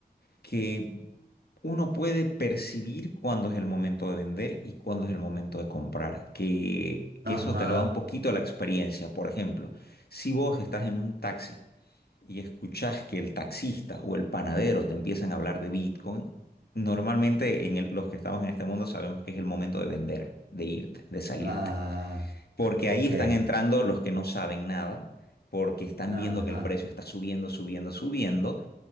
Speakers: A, on the left; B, on the right.
A: que uno puede percibir cuándo es el momento de vender y cuándo es el momento de comprar, que, que
B: Ajá.
A: eso te lo da un poquito la experiencia. Por ejemplo, si vos estás en un taxi y escuchás que el taxista o el panadero te empiezan a hablar de Bitcoin, normalmente en el- los que estamos en este mundo sabemos que es el momento de vender, de irte, de salirte,
B: Ah,
A: porque
B: ok.
A: ahí están entrando los que no saben nada. porque están
B: Ajá.
A: viendo que el precio está subiendo, subiendo, subiendo,